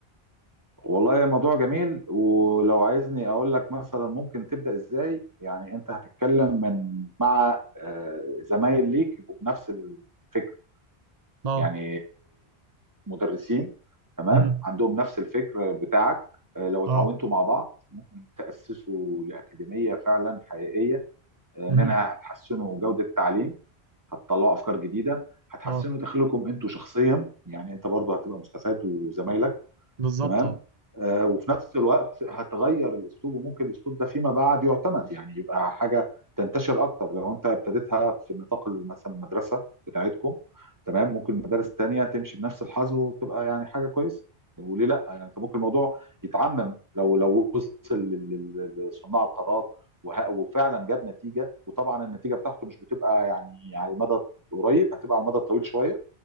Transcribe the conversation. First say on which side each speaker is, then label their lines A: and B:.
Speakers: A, on the right (about 15°); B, on the right (about 40°).
A: والله الموضوع جميل ولو عايزني اقول لك مثلا ممكن تبدا ازاي يعني انت هتتكلم من مع آه، زمايل ليك يبقوا بنفس الفكر
B: اه
A: يعني مدرسين تمام
B: امم
A: عندهم نفس الفكر بتاعك آه، لو اتعاونتوا
B: اه
A: مع بعض ممكن تاسسوا لاكاديميه فعلا حقيقيه آه،
B: مهم.
A: منها هتحسنوا جودة التعليم هتطلعوا أفكار جديدة هتحسنوا
B: اه
A: دخلكم أنتوا شخصيا يعني أنت برضه هتبقى مستفاد وزمايلك
B: بالظبط
A: تمام
B: اه
A: آه، وفي نفس الوقت هتغير الاسلوب وممكن الاسلوب ده فيما بعد يعتمد يعني يبقى حاجه تنتشر اكتر لو انت ابتديتها في نطاق مثلا المدرسه بتاعتكم تمام ممكن مدارس تانية تمشي بنفس الحظ وتبقى يعني حاجه كويسه وليه لا يعني انت ممكن الموضوع يتعمم لو لو وصل لل- لل- لصناع القرار وه- وفعلا جاب نتيجه وطبعا النتيجه بتاعته مش بتبقى يعني على المدى القريب هتبقى على المدى الطويل شويه